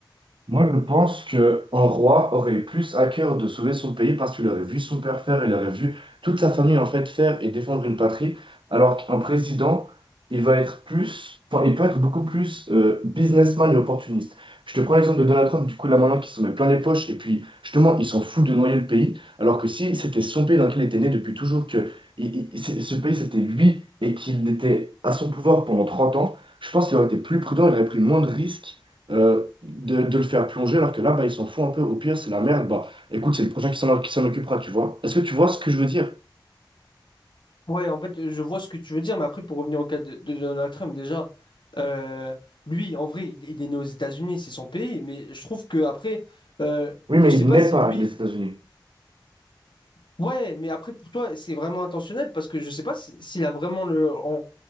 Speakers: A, on the right (about 85°); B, on the left (about 75°).
A: Moi, je pense que un roi aurait plus à cœur de sauver son pays parce qu'il aurait vu son père faire, il aurait vu toute sa famille en fait faire et défendre une patrie, alors qu'un président, il va être plus, enfin, il peut être beaucoup plus euh, businessman et opportuniste. Je te prends l'exemple de Donald Trump, du coup, là maintenant, qui se met plein les poches et puis justement, il s'en fout de noyer le pays, alors que si c'était son pays dans lequel il était né depuis toujours, que il- il- c'est- ce pays c'était lui et qu'il était à son pouvoir pendant 30 ans, je pense qu'il aurait été plus prudent, il aurait pris moins de risques euh, de, de le faire plonger, alors que là, bah, ils s'en foutent un peu. Au pire, c'est la merde. Bah, écoute, c'est le prochain qui s'en qui s'en occupera, tu vois. Est-ce que tu vois ce que je veux dire?
B: Ouais, en fait, je vois ce que tu veux dire, mais après, pour revenir au cas de, de Donald Trump, déjà, euh, lui, en vrai, il, il est né aux États-Unis, c'est son pays, mais je trouve que après, euh,
A: Oui, mais
B: je ne sais
A: il
B: pas
A: n'est
B: si
A: pas
B: lui,
A: les États-Unis.
B: Ouais, mais après, pour toi, c'est vraiment intentionnel parce que je sais pas si- s'il a vraiment le... en-